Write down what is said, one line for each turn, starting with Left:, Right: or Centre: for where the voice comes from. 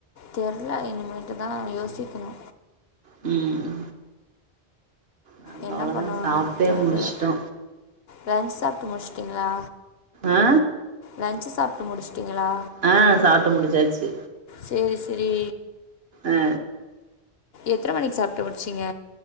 Left: தெர்ல இனிமேட்டு தா யோசிக்குணு
Right: ம் நாங்க
Left: என்ன
Right: அவ்ளோதா
Left: பண்ணுவானுன்
Right: சாப்ட்டே
Left: தெர்ல
Right: முடிச்சுட்டோ
Left: லன்ச் சாப்ட்டு முட்ச்ட்டீங்ளா
Right: ஆ
Left: லன்ச்சு சாப்ட்டு முடிச்ட்டீங்களா
Right: ஆ சாப்ட்டு முடிச்சாச்சு
Left: சேரி சேரி
Right: ஆ
Left: எத்தன மணிகா சாப்ட்டு முட்ச்சிங்க